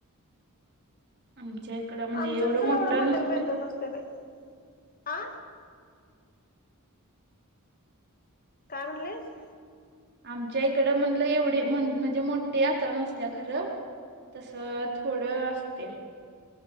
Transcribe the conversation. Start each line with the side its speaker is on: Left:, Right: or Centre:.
Right: आमच्या इकडं. म्हणजे
Left: आमच्यात
Right: एवढं
Left: खरं,
Right: मोठं
Left: एवढ्या मोठ्यानं
Right: नसतंय
Left: बेंदुर नसतोय बाई आ. काय म्हणलीस?
Right: आमच्या इकडं, म्हणलं एवढी म्हणलं, म्हणजे एवढी मोठ्ठी यात्रा नसत्या खरं. तसं थोडं असत्या.